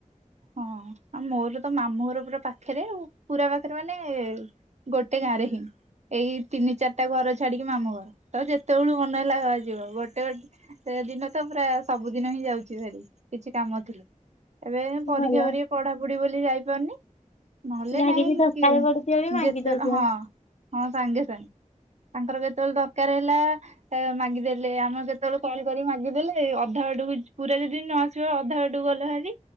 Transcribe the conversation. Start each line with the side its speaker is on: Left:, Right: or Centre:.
Right: ହଁ ଆଉ ମୋର ତ ମାମୁଁ ଘର ପୁରା ପାଖରେ ଆ ପୁରା ପାଖରେ ମାନେ ଗୋଟେ ଗାଁରେ ହିଁ। ଏଇ ତିନି ଚାରିଟା ଘର ଛାଡିକି ମାମୁ ଘର, ତ ଯେତେବେଳୁ ମନେ ହେଲା ଯିବ ଗୋଟେ ଗୋଟେ ସେ ଦିନ ତ ପୁରା ସବୁଦିନ ହିଁ ଯାଉଛି ଭାରି, କିଛି କାମ ଥିଲେ ଏବେ ପରୀକ୍ଷା
Left: ଭଲ
Right: କର ପଢାପଢି ବୋଲି ଯାଇପାରୁନି, ନହେଲେ
Left: ଯାହା
Right: ନାଇଁ
Left: କିଛି ଦରକାର
Right: କିଏ
Left: ପଡୁଥିବ ବି ମାଗି
Right: ଯେତେବେଳେ
Left: ଦଉଥିବ।
Right: ହଁ। ହଁ ସାଙ୍ଗେ ସାଙ୍ଗେ ତାଙ୍କର କେତେବେଳେ ଦରକାର ହେଲା ମାଗିଦେଲେ ଆମ କେତେବେଳେ କଲ୍ କରିକି ମାଗିଦେଲେ ଅଧା ବାଟକୁ ପୁରା ଯଦି ନ ଛୁଆ ଅଧା ଟୁ ଗଲ ହାରି